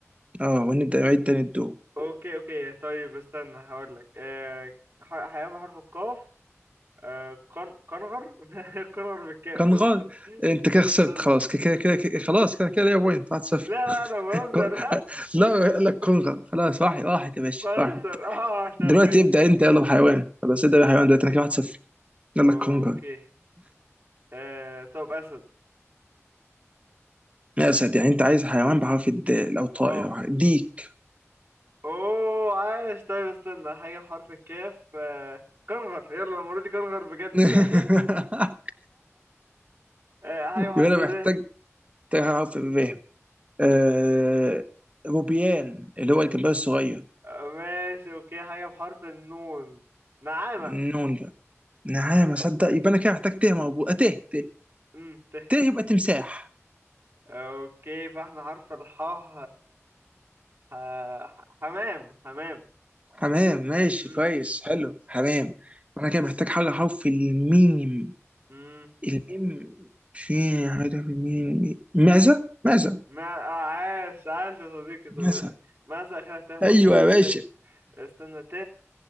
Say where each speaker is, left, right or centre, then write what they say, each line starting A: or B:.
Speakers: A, on the right; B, on the right.
A: اه ونبدا نعيد تاني الدور
B: اوكي اوكي طيب استنى هقول لك آه ح- حيوان بحرف القاف آه قن... قنغر <laughs> قنغر بالكاف
A: كان
B: بس
A: غلط انت كده
B: استنى
A: خسرت
B: <laughs>
A: خلاص كده كده كده كده- خلاص كده كده ليا بوينت 1 0
B: لا
A: <laughs>
B: لا انا بهزر
A: لا قال لك كونغر خلاص واحد واحد
B: <laughs>
A: يا باشا
B: بهزر
A: واحد
B: اه طب
A: دلوقتي
B: ماشي
A: ابدا انت يلا بحيوان خلاص ابدا بحيوان دلوقتي انا كده 1 0 يلا
B: اوكي
A: لك كونغر
B: آه طب اسد
A: يا اسد يعني انت عايز حيوان بحرف الدال او طائر
B: اه
A: ديك
B: اوه عايش طيب استنى حاجه بحرف الكاف آه كنغر يلا المره دي كنغر بجد
A: <laughs>
B: <laughs> آه حاجه بحرف
A: يبقى انا
B: الر
A: محتاج تعرف الري آه روبيان اللي هو الجمباز الصغير
B: آه، ماشي اوكي حاجه بحرف النون نعامة
A: النون ده نعم اصدق يبقى انا كده محتاج تيه مربوط آه، تيه تيه
B: امم ت
A: تيه يبقى تمساح
B: اوكي فاحنا حرف الحاء آه، ح- حمام حمام
A: حمام ماشي
B: امم
A: كويس حلو حمام انا كده محتاج حاجه حرف الميم
B: امم
A: الميم في حاجه في الميم معزه معزه
B: ما آه، عاش عاش يا صديقي طب
A: معزه
B: ماذا اخرها ت مربوط
A: ايوه يا باشا
B: ت استنى ت